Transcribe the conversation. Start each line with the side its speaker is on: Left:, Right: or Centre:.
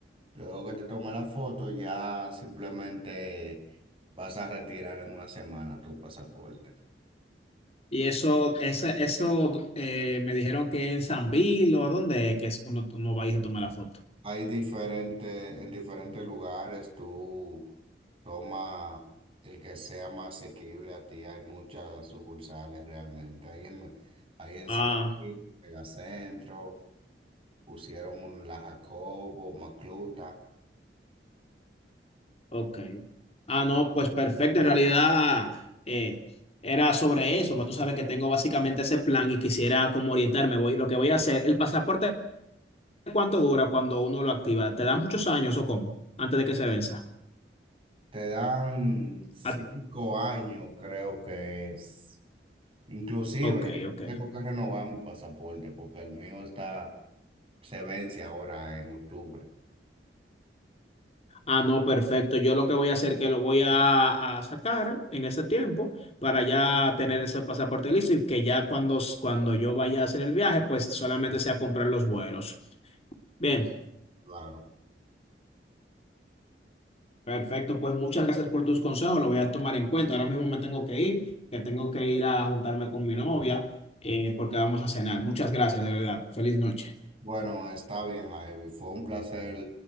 Right: Luego que te tome la foto, ya simplemente vas a retirar en una semana tu pasaporte.
Left: Y eso, esa- eso eh, me dijeron que en San Bill o dónde es que es cuando tú no vais a tomar la foto.
Right: Hay diferentes, en diferentes lugares tú toma el que sea más asequible a ti. Hay muchas sucursales realmente. Ahí en, ahí en
Left: Ah,
Right: San Luis, Megacentro, pusieron un La Jacobo, Macluta.
Left: ok. Ah, no, pues perfecto. En realidad eh, era sobre eso, pero tú sabes que tengo básicamente ese plan y quisiera como orientarme. Voy, lo que voy a hacer, ¿el pasaporte cuánto dura cuando uno lo activa? ¿Te da muchos años o cómo? Antes de que se venza.
Right: Te dan cinco
Left: Ah,
Right: años, creo que es. Inclusive
Left: ok, ok.
Right: yo tengo que renovar mi pasaporte porque el mío está, se vence ahora en octubre.
Left: Ah, no, perfecto. Yo lo que voy a hacer es que lo voy a, a sacar en ese tiempo para ya tener ese pasaporte listo y que ya cuando, cuando yo vaya a hacer el viaje, pues solamente sea comprar los vuelos. Bien,
Right: Claro.
Left: perfecto. Pues muchas gracias por tus consejos. Lo voy a tomar en cuenta. Ahora mismo me tengo que ir, que tengo que ir a juntarme con mi novia eh, porque vamos a cenar. Muchas gracias, de verdad. Feliz noche.
Right: Bueno, está bien, Javi. Fue un placer